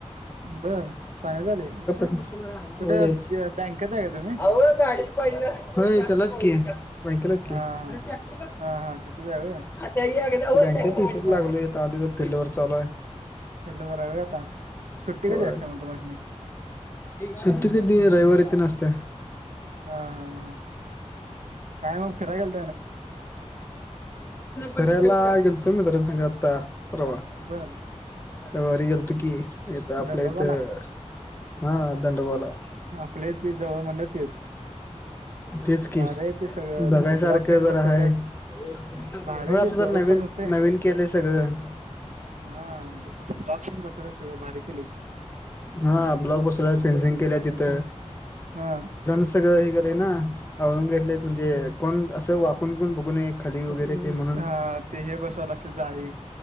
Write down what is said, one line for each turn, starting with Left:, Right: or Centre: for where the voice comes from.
Right: बर चांगले झाले
Left: <unintelligible>
Right: कुठे
Left: होय.
Right: बँकेत आहे का तुम्ही
Left: होय त्यालाच की, बँकेलाच
Right: हा
Left: की. बँकेत
Right: हा हा तिथंच आहे होय
Left: हितच
Right: मग
Left: लागलोय. आलोय फील्डवर चालूय.
Right: फिल्डवर हाय होय आता, सुट्टी
Left: होय
Right: कधी असत्या मग तुमासनी?
Left: सुट्टी कधी रविवारी तेन असत्या.
Right: हा हा हा. काय मग फिराय गेल
Left: फिरायला गेलतो मित्रासंग आता‌ परवा.
Right: बर.
Left: वारी गेलतो की इथं आपल्या
Right: दंडोबाला
Left: इथं हा दंडबोला.
Right: <unintelligible> ती जवळ म्हणलं तेच
Left: तेच
Right: भारी
Left: की
Right: आहे ते सगळं
Left: बघायसारखं
Right: तिथं ब्लॉक तेन
Left: जरा
Right: बसवल्यात
Left: हाय. होय
Right: भारी आहे
Left: आता
Right: ते जवळ
Left: जरा नवीन
Right: पण होतंय
Left: नवीन केलंय सगळं.
Right: हा ब्लॉक तेन बसवल्यात सगळ भारी की.
Left: हा ब्लॉक बसला फेनसिंग केल्या तिथ.
Right: हा
Left: सगळं हे ना आळून घेतले म्हणजे कोण असं वाकून कोण बघून खाली वगैरे. म्हणून
Right: हा ते हे बसवलं असेल जाळी